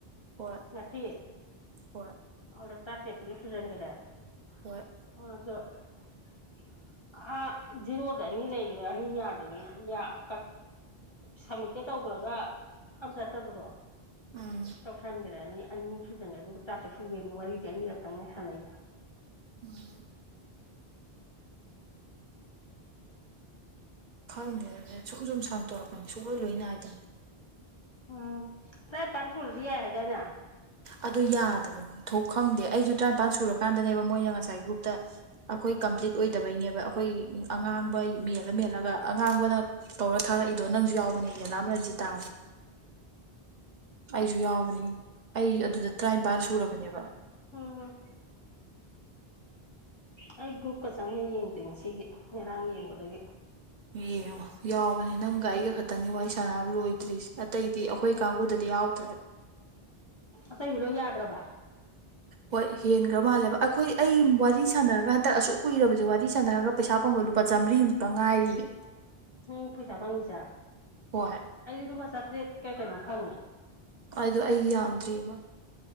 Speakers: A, on the right; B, on the left.
A: ꯍꯣꯏ
B: ꯉꯁꯤ
A: ꯍꯣꯏ
B: ꯑꯗꯨꯗ ꯇꯔꯥꯇꯔꯦꯠ ꯄꯨꯗꯤ ꯁꯨꯖꯟꯈꯔꯦ꯫
A: <unintelligible>
B: <unintelligible> ꯑꯥ ꯖꯤꯔꯣꯗ ꯑꯅꯤ ꯂꯩꯈ꯭ꯔꯦ ꯑꯅꯤ ꯌꯥꯗꯗꯅ ꯌꯥ <inaudible> ꯁꯃꯤꯠꯇꯤ ꯇꯧꯈ꯭ꯔꯒ ꯑꯝꯇ ꯆꯠꯇꯕꯗꯣ
A: ꯎꯝ
B: ꯇꯧꯁꯟꯈ꯭ꯔꯦꯅꯤ꯫ ꯑꯅꯤ ꯁꯨꯗꯅꯉꯩ ꯑꯗꯨꯒ ꯆꯥꯇ꯭ꯔꯦ ꯁꯨꯒꯦꯅ ꯋꯥꯔꯤꯗꯤ ꯑꯅꯤꯔꯛꯇꯪꯅꯦ ꯁꯥꯟꯅꯩꯩꯗꯣ꯫
A: <unintelligible> ꯈꯪꯗꯦ ꯁꯨꯝ ꯁꯨꯝ ꯁꯥꯡꯇꯣꯔꯛꯄꯅꯤ ꯁꯨꯡꯛꯂꯣꯏ ꯂꯣꯏ ꯅꯥꯏꯗꯕꯅꯤ꯫
B: ꯑꯥ ꯇꯔꯥꯅꯤꯄꯥꯟ ꯁꯨꯔꯗꯤ ꯌꯥꯏ ꯍꯥꯏꯗꯥꯏꯅꯦ?
A: ꯑꯗꯨ ꯌꯥꯗꯕꯅꯦ ꯊꯣꯛ ꯈꯪꯗꯦ ꯑꯩꯁꯨ ꯇꯔꯥꯅꯤꯄꯥꯟ ꯁꯨꯔꯀꯥꯟꯗꯅꯦꯕ ꯃꯣꯏꯅ ꯉꯁꯥꯏ ꯒ꯭ꯔꯨꯞꯇ ꯑꯩꯈꯣꯏ ꯀꯝꯄ꯭ꯂꯤꯠ ꯑꯣꯏꯗꯕꯩꯅꯦꯕ ꯑꯩꯈꯣꯏ ꯑꯉꯥꯡꯕ ꯃꯦꯜꯂ ꯃꯦꯜꯂꯒ ꯑꯉꯥꯡꯕꯅ ꯇꯧꯔ ꯊꯥꯔꯛꯏꯗꯣ ꯅꯪꯁꯨ ꯌꯥꯎꯕꯅꯦ ꯌꯦꯂꯥꯝ ꯔꯖꯤꯇꯥ ꯑꯩꯁꯨ ꯌꯥꯎꯕꯅꯦ ꯑꯩ ꯑꯗꯨꯗ ꯇꯔꯥꯅꯤꯄꯥꯟ ꯁꯨꯔꯕꯅꯦꯕ <unintelligible>
B: ꯎꯝ ꯑꯩ ꯒ꯭ꯔꯨꯞꯀ ꯆꯪꯌꯦꯡ ꯌꯦꯡꯗꯦ ꯉꯁꯤꯒꯤ ꯉꯔꯥꯡ ꯌꯦꯡꯕꯗꯒꯤ꯫
A: ꯌꯦꯡꯉꯣ ꯌꯥꯎꯕꯅꯦ ꯅꯪꯒ ꯑꯩꯒ ꯈꯛꯇꯪꯅꯦ ꯋꯥꯔꯤ ꯁꯥꯟꯅꯕ ꯂꯣꯏꯗ꯭ꯔꯤꯁꯦ ꯑꯇꯩꯗꯤ ꯑꯩꯈꯣꯏ ꯀꯥꯡꯕꯨꯗꯗꯤ ꯌꯥꯎ <unintelligible>
B: ꯑꯇꯩꯗꯤ ꯂꯣꯏ ꯌꯥꯈ꯭ꯔꯕ?
A: ꯍꯣꯏ ꯍꯦꯟꯈ꯭ꯔꯕ ꯃꯥꯜꯂꯦꯕ ꯑꯩꯈꯣꯏ ꯑꯩ ꯋꯥꯔꯤ ꯁꯥꯟꯅꯔꯒ ꯍꯟꯇꯛ ꯑꯁꯨꯛ ꯀꯨꯏꯔꯕꯁꯦ ꯋꯥꯔꯤ ꯁꯥꯟꯅꯔꯒ ꯄꯩꯁꯥ ꯐꯪꯕ ꯂꯨꯄꯥ ꯆꯥꯝꯃꯔꯤꯃꯨꯛꯇꯪ ꯉꯥꯏꯔꯤꯌꯦ꯫
B: ꯅꯪ ꯄꯩꯁꯥ ꯐꯪꯉꯤꯁꯦ
A: ꯍꯣꯏ
B: ꯑꯩꯗꯤ ꯂꯨꯄꯥ ꯆꯥꯇ꯭ꯔꯦꯠꯀ ꯀꯩꯅꯣ ꯐꯪꯉꯦ꯫
A: ꯑꯗꯨꯗꯣ ꯑꯩ ꯌꯥꯝꯗ꯭ꯔꯤꯕ